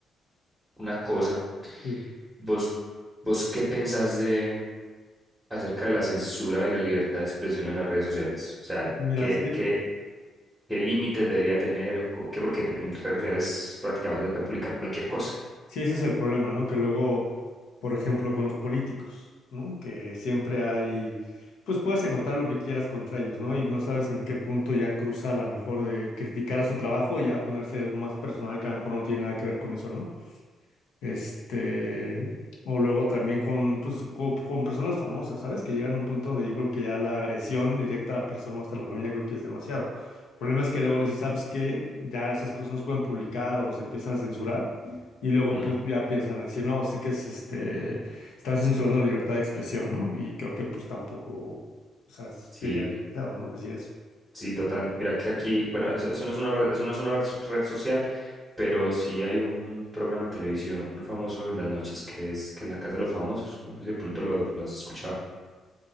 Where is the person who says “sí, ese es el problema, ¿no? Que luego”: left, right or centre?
Left